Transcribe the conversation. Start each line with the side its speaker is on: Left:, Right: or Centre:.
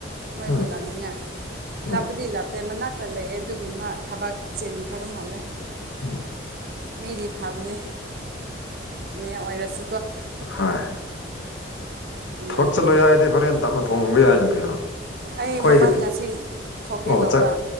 Right: ꯃꯣꯏꯕꯨ
Left: ꯎꯝ
Right: ꯂꯥꯛꯅꯤꯡꯉꯥꯏ
Left: ꯎꯝ
Right: ꯂꯥꯞꯄꯗꯤ ꯂꯥꯞꯇꯦ ꯃꯅꯥꯛꯇ ꯂꯩꯑꯦ ꯑꯗꯨꯒꯤ ꯃꯥ ꯊꯕꯥꯛ ꯆꯔꯤ ꯐꯕ ꯃꯂ
Left: ꯎꯝ
Right: ꯃꯤꯗꯤ ꯐꯕꯅꯦ ꯃꯌꯥꯝ ꯑꯣꯏꯔꯁ
Left: ꯍꯥꯏ
Right: ꯅꯨꯡꯉꯥꯏꯒꯅꯤ
Left: ꯊꯕꯛ ꯆꯠꯂꯣꯏ ꯍꯥꯏꯔꯗꯤ ꯍꯣꯔꯦꯟ ꯇꯞꯅ ꯊꯣꯡꯕ ꯌꯥꯏꯅ ꯀꯩꯅꯣ
Right: ꯑꯩ
Left: ꯈꯣꯏꯒꯤꯇꯠ
Right: ꯃꯄꯥꯟ ꯉꯁꯤ ꯊꯣꯛꯀꯦ
Left: ꯑꯣ
Right: ꯇꯧꯕ
Left: ꯆꯛ